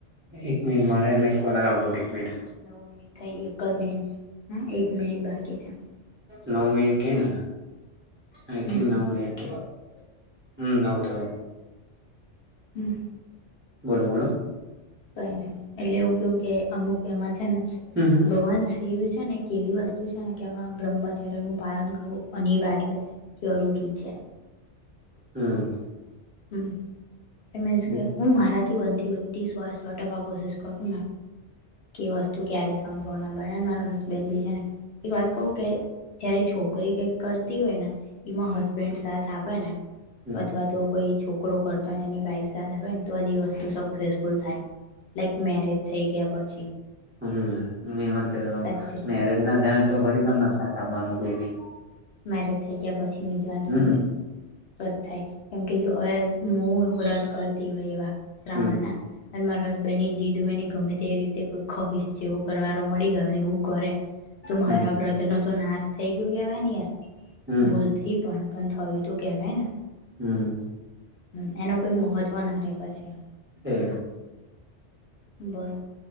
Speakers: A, on the right; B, on the left.
A: એક મિનિટ મારે એમે એક કોલ આવેલો એક મિનટ.
B: નવ મિનિટ થઈ એક જ મિનિટ હા એક મિનિટ બાકી છે
A: નવ મિનિટ થઈ ને? આઈથીંક
B: હમ
A: નવ મિનિટ થયું નવ થયું.
B: હમ્મ.
A: બોલો બોલો.
B: કઈ નહી એટલે એવું કેવું કે અમુક એમાં છે જ
A: હમ હમ
B: ભગવાન જ. તએવી છે ને એક એવી વસ્તુ છે ને કે એમાં બ્રહ્મચર્યનું પાલન કરવું અનિવાર્ય છે. જરૂરી છે.
A: હમ
B: હમ એમ
A: હમ
B: કે હું મારા થી બનતી બધી સો સો ટકા કોશિશ કરું ને કે વસ્તુ ક્યારે સંભર્ણ બને મારો હસબન્ બેનબીજાને એક વાત કહું કે જય્યારે છોકરી કંઈક કરતી હોય ને એમાં હશ. બ્રેન્ડ સાથ આપે ને
A: હમ
B: અથવા તો. કોઈ છોકરો કરતો હોયને એની વાઈફ સાથે આવે ને તો જ એ વસ્તુ સક્સેસફુલ થાય લાઈક મેરેજ થઈ ગયા પછી.
A: હમ એમ જ કધ
B: સાચે
A: મેરેજ ના થાય તો ફરી ગમ સાથ આપવાનો કોઈ બી
B: મારેજ થઈ ગયા પછી નિ જ વાંધવાની
A: હમ
B: તો જ થાય કેમ કે જો હવે. હું વ્રત કરતી હોય એવા શ્રાવણ
A: હમ
B: ના અને મારા હસબન્ડ ની જીદ હોય ને ગમે તે રીતે કો ખવીશ જેવો કરવારો મળી ગયોને એવું કરે. તું મારા
A: હમ
B: વ્રત નો તો નાશ થઈ ગયો કેવાય ને યાર.
A: હમ
B: ભૂલથી પણ પણ થયુ તો કહેવાય ને
A: હમ
B: હમ એનું કોઈ મહત્વ ના રે પછી.
A: એ
B: બોલો